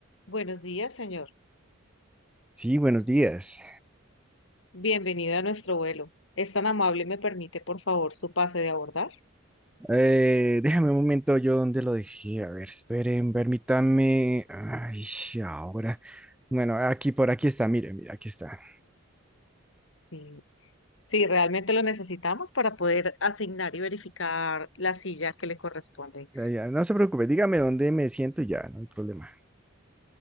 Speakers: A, on the left; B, in the centre.
A: Buenos días, señor.
B: Sí, buenos días.
A: Bienvenido a nuestro vuelo. ¿Es tan amable, me permite, por favor, su pase de abordar?
B: Eh, déjame un momento, yo dónde lo dejé. A ver, esperen, permítame. Ay, ahora. Bueno, aquí, por aquí está, mire, mira, aquí está.
A: Sí, sí, realmente lo necesitamos para poder asignar y verificar la silla que le corresponde.
B: Ya, ya, no se preocupe, dígame dónde me siento y ya, no hay problema.